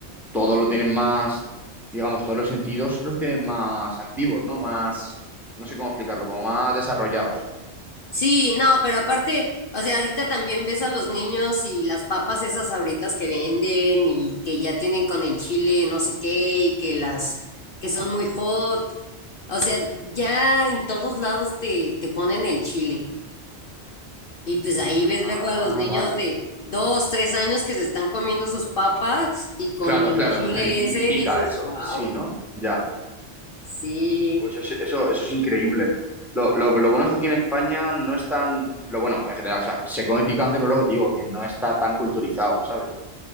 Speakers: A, in the centre; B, on the left.
A: todos lo tienen más, digamos, todos los sentidos los tienen más activos, ¿no? Más, no sé cómo explicarlo, como más desarrollados.
B: Sí, no, pero aparte, o sea, ahorita también ves a los niños y las papas esas abritas que venden y que ya tienen con el chile no sé qué y que las que
A: Ajá.
B: son muy hot. O sea, ya en todos
A: Sí.
B: lados te, te ponen el chile. Y pues ahí ves
A: Ah,
B: luego a los niños
A: vale.
B: de dos, tres años que se están comiendo sus papas y con
A: Claro,
B: el
A: claro.
B: chile
A: <laughs> Y,
B: ese
A: y pica
B: dices,
A: eso.
B: wow,
A: Sí, ¿no? Ya.
B: sí.
A: Pues eso, eso, eso es increíble. Lo, lo, lo bueno es que aquí en España no es tan... Lo bueno, en general, o sea, se come picante, pero lo que te digo, que no está tan culturizado, ¿sabes?